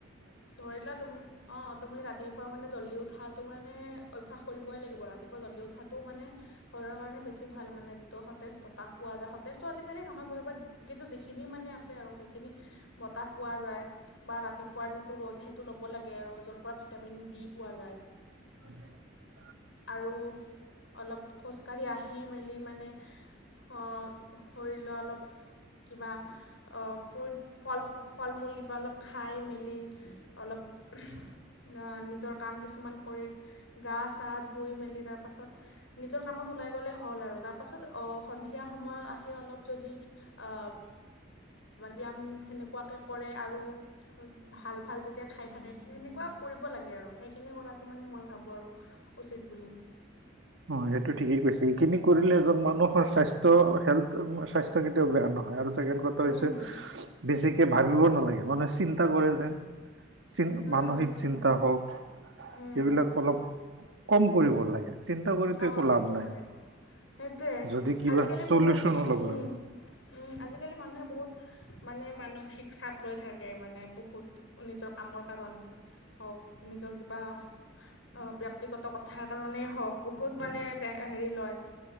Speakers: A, on the left; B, on the right.
A: ধৰিলোৱা তুমি অ', তুমি ৰাতিপুৱা মানে জল্দি উঠাটো মানে অভ্যাস কৰিবই লাগিব, ৰাতিপুৱা জল্দি উঠাটো মানে শৰীৰৰ কাৰণে বেছি ভাল মানে, যিটো সতেজ বতাহ পোৱা যায় সতেজটো আজিকালি নহয় বাৰু, বাত কিন্তু যিখিনি মানে আছে আৰু সেইখিনি বতাহ পোৱা যায় বা ৰাতিপুৱাৰ যি টো ৰ'দ সেইটো ল'ব লাগে আৰু' য'ৰ পৰা ভিটামিন ডি পোৱা যায়।
B: <inaudible>
A: আৰু অলপ খোজকাঢ়ি আহি মেলি মানে অ', ধৰি লোৱা অলপ কিবা অ, ফ্ৰুইট ফলচ ফল মূল কিবা অলপ খাই মেলি অলপ <unintelligible> ন নিজৰ কাম কিছুমান কৰি গা চা ধুই মেলি তাৰপাছত নিজৰ কামত ওলাই গ'লে হ'ল আৰু তাৰপাছত অ, সন্ধিয়া সময়ত আহি অলপ যদি অ' বা ব্যায়াম সেনেকুৱাকে কৰে আৰু ভাল-ভাল যেতিয়া খাই থাকে সেনেকুৱা কৰিব লাগে আৰু। সেইখিনি কৰাটো মানে মই ভাৱোঁ আৰু উচিত বুলি।
B: অ', সেইটো ঠিকেই কৈছে। এইখিনি কৰিলে এজন মানুহৰ স্বাস্থ্য হেল্থটো মচ স্বাস্থ্য কেতিয়াও বেয়া নহয় আৰু ছেকেন কথা হৈছে
A: উম।
B: বেছিকে ভাবিবও নালাগে মানেচ চিন্তা কৰি <unintelligible>
A: উম,
B: মানসিক
A: উম, উম,
B: চিন্তা হওঁক,
A: উম,
B: সেইবিলাক অলপ কম কৰিব লাগে। চিন্তা কৰিতো
A: অ',
B: একো
A: সেইটো
B: লাভ নাই
A: হয়। সেইটোৱে,
B: যদি কিবা
A: আজিকালি
B: চলিউচন
A: বহুত,
B: ওলাব
A: উম।
B: লাগিব
A: উম, আজিকালি মানুহে বহুত মানে মানসিক চাপ লৈ থাকে মানে বহুত। নিজৰ কামৰ কাৰণে হওঁক, নিজৰ কিবা অ', ব্যক্তিগত কথাৰ কাৰণেই হওঁক, বহুত মানে তেঁ হেৰি লয়